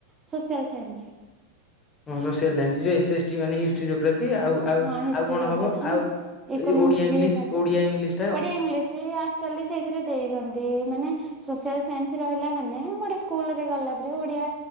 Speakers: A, on the right; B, on the left.
A: ସୋସିଆଲ୍ ସାଇନ୍ସ।
B: ତମର ସୋସିଆଲ୍ ସାଇନ୍ସ ଯୋଉ ଏସେ ଏସ୍ ଟି ମାନେ ହିଷ୍ଟ୍ରି ଜୋଗ୍ରାଫି ଆଉ-ଆଉ-ଆଉ
A: ହଁ ହିଷ୍ଟ୍ରି
B: କଣ
A: ଜୋଗ୍ରାଫି
B: ହବ ଆଉ
A: ଇକୋନୋମିକ୍ସ
B: ଏ ଯୋଉ ଓଡିଆ ଇଂଲିଶ୍
A: ବି ହେଇପାରେ
B: ଓଡିଆ ଇଂଲିଶ୍
A: ଓଡିଆ ଇଂଲିଶ୍ ସେଇ <unintelligible> ସେଇଥିରେ ଦେଇ ଦିଅନ୍ତି, ମାନେ ସୋସିଆଲ୍ ସାଇନ୍ସ ରହିଲା ମାନେ ଗୋଟେ ସ୍କୁଲରେ ଗଲା ପରେ ଓଡିଆ